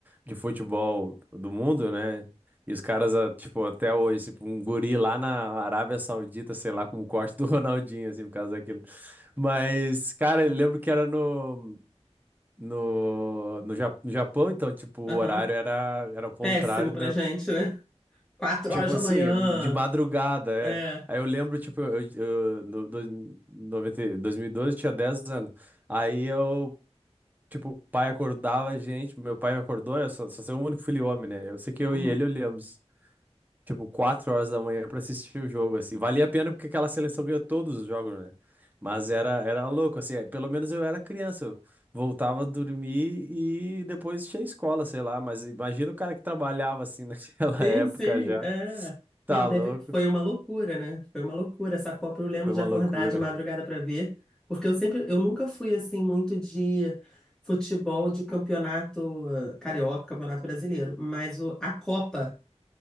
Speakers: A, on the right; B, in the centre.
A: de futebol do mundo, né? E os caras, ah, tipo, até hoje, tipo, um guri lá na Arábia Saudita, sei lá, com o corte do <laughs> Ronaldinho, assim, por causa daquilo. Mas, cara, eu lembro que era no, no, no Ja- no Japão, então, tipo, o
B: Aham,
A: horário era, era o contrário
B: Péssimo pra gente, né? Quatro
A: Tipo
B: horas da
A: assim,
B: manhã,
A: de madrugada, é.
B: é.
A: Aí eu lembro, tipo, eu, eu, no, do, 90, 2012 tinha 10 anos. Aí eu, tipo, o pai acordava a gente, meu pai me acordou, né? Só, só sou o único filho homem, né? Eu sei que eu
B: Uhum.
A: e ele olhamos, tipo, 4 horas da manhã pra assistir o jogo, assim. Valia a pena porque aquela seleção ganhou todos os jogos, né? Mas era, era louco, assim, é, pelo menos eu era criança. Eu voltava a dormir e depois tinha escola, sei lá. Mas imagina o cara que trabalhava, assim, <laughs> naquela
B: Sim,
A: época
B: sim,
A: já.
B: é.
A: Tá
B: Não, deve...
A: louco.
B: foi uma loucura, né? Foi uma loucura. Essa Copa eu lembro
A: Foi
B: de
A: uma
B: acordar
A: loucura.
B: de madrugada para ver, porque eu sempre, eu nunca fui assim muito de futebol de campeonato eh, carioca, campeonato brasileiro, mas o... a Copa,